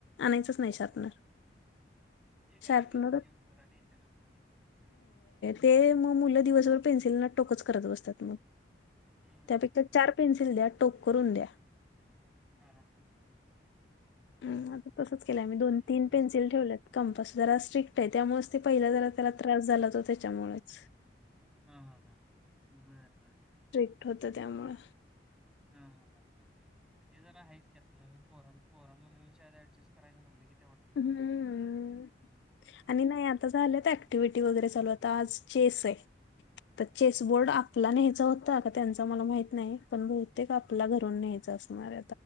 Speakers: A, on the left (about 70°); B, in the centre.
A: आणयचच नाही
B: अरे
A: पणार
B: बापरे! ते काय
A: शार्पनर
B: नियम जरा डेंजरच ते.
A: ते मग मु दिवस ोत बतात म
B: हं, हं.
A: त्यापेक्षा चार पेन्सिल द्या टोप करून द्या
B: हम हम हा
A: ह आता तसच केलंमी
B: हा,
A: दोन
B: एकदमच
A: तीन पेन्सिल ठेवलेत कंप सु ज स्ट्रिक आहे त्यामुळेच ते पहिला जरा त्याला त्रास झाला त त्याच्यामुळेच
B: हा हा हा बरं बरं बरं.
A: स्ट्रिक्ट होतं त्यामुळं
B: हा हा हा ते जर आहेच की आता नवीन फोरन फोर नवीन शा ऍडजस्ट करायचं म्हटलं कि
A: हम्म आणि नाही आता झालं त्या क्टिव्हटी वगैरे चालू आता आज चेस आहे तर चेसबोर्ड आपला न्यायचा होता का त्यांचा मला माहित नाही पण बहुतेक आपला घरून न्यायचा मार